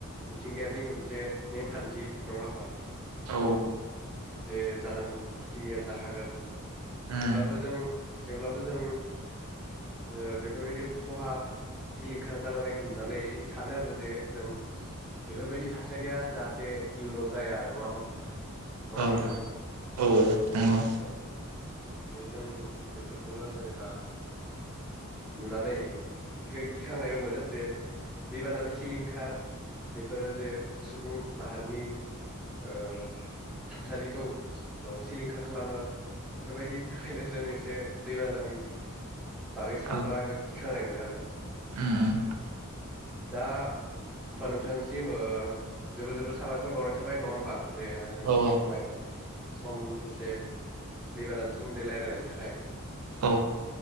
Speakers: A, in the centre; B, on the right.
A: मिथिंगायारिनि मोनसे नेमखान्थि। नङा होनबा?
B: औ
A: जे जानांगौखिनिया जाखागोन। थेवब्लाबो
B: उम
A: जों थेवब्लाबो जों ओ बेफोरबायदि ख'हा सिलिंखार जालांनायखौ नुनानै सानो आरो जे जों बेफोरबायदि थासारिया जाहाथे इयुनाव जाया आरो नङा होमबा फंबाय? नङा
B: औ
A: होमबा
B: औ
A: नोंथां?
B: औ नंगौ
A: औ बे जों बे फोरखौनो जेनेबा नुनानै बेखौ गिखांनायबो मोनो जे दैबानानि सिलिंखार बेफोरो जे सुबुं माहारिनि ओ थासारिखौ ओ सिलिंखार खालामो बेफोरबायदिनि थाखायनो जों एसे दैबानानि बागै सानब्लाबो
B: औ
A: एबा गिख खांनाय मोनो आरो।
B: उम उम
A: दा हबा नोंथांसिम जोबोर जोबोर साबाय फोर बावनाय थाबाय नङा होनबा जे आंजों
B: औ
A: दसे खमाय सम एसे दैबानानि सोमोन्दै रायलायनायनि थाखाय।
B: औ